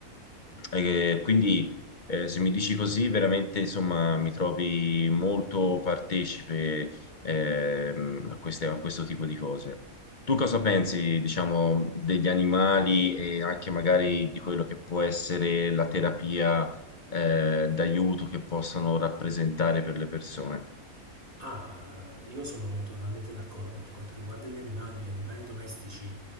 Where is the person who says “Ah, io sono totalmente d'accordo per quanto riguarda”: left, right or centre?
Right